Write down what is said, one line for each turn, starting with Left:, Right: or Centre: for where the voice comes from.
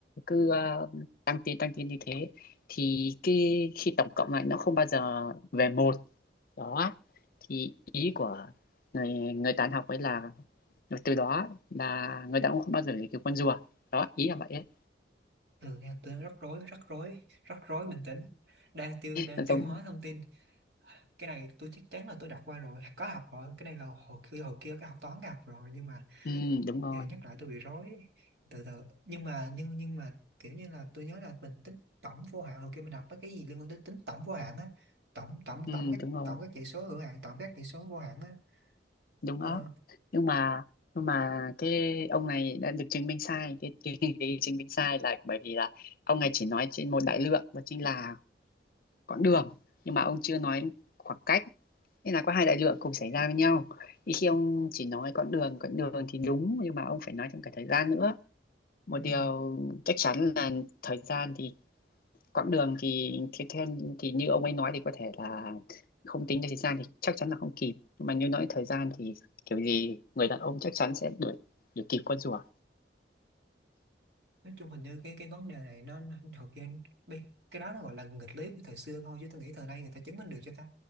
Left: cứ ờ, tăng tiến tăng tiến như thế thì cái khi tổng cộng lại nó không bao giờ về một đó thì ý của người người toán học ấy là từ đó là người ta cũng không bao giờ để cái con rùa đó ý là vậy ấy.
Right: từ nha tôi đang rắc rối rắc rối rắc rối bình tĩnh đang tiêu đang
Left: nó giống
Right: tiêu hóa thông tin cái này tôi chắc chắn là tôi đọc qua rồi có học rồi cái này là hồi kia hồi kia cái học toán cái học rồi nhưng mà
Left: ừ, đúng rồi
Right: giờ nhắc lại tôi bị rối ấy. từ từ nhưng mà nhưng nhưng mà kiểu như là tôi nhớ là mình tính tổng vô hạn hồi kia mình đọc mấy cái gì liên quan tới tính tổng vô hạn á tổng tổng
Left: ừ,
Right: tổng các
Left: đúng rồi
Right: tổng các chỉ số hữu hạn tổng các chỉ số vô hạn á
Left: đúng
Right: ờ,
Left: đó nhưng mà nhưng mà cái ông này đã được chứng minh sai cái cái, cái, cái chứng minh sai là bởi vì là ông này chỉ nói trên một đại lượng và chính là quãng đường nhưng mà ông chưa nói khoảng cách nên là có hai đại lượng cùng xảy ra với nhau thì khi ông chỉ nói quãng đường quãng đường thì đúng nhưng mà ông phải nói trong cả thời gian nữa một
Right: ừm,
Left: điều chắc chắn là thời gian thì quãng đường thì thì theo thì như ông ấy nói thì có thể là không tính đến thời gian thì chắc chắn là không kịp nhưng mà như nói thời gian thì kiểu gì người đàn ông chắc chắn sẽ đuổi đuổi kịp con rùa
Right: nói chung hình như cái cái vấn đề này nó nó- hồi kia bi- cái đó nó gọi là nghịch lý của thời xưa thôi chứ tôi nghĩ thời nay người ta chứng minh được cho ta